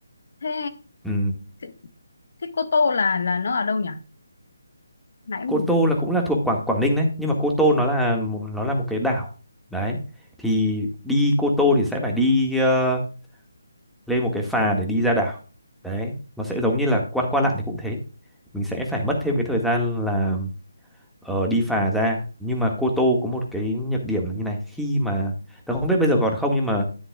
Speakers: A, on the left; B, in the centre.
A: thế
B: ừ.
A: thế thế Cô Tô là là nó ở đâu nhỉ nãy mình-
B: Cô Tô là cũng là thuộc Quảng Quảng Ninh đấy nhưng mà Cô Tô nó là một- nó là một cái đảo đấy thì đi Cô Tô thì sẽ phải đi ờ, lên một cái phà để đi ra đảo đấy nó sẽ giống như là qua qua lạn thì cũng thế mình sẽ phải mất thêm cái thời gian là ờ, đi phà ra nhưng mà Cô Tô có một cái nhược điểm là như này khi mà tớ không biết bây giờ còn không nhưng mà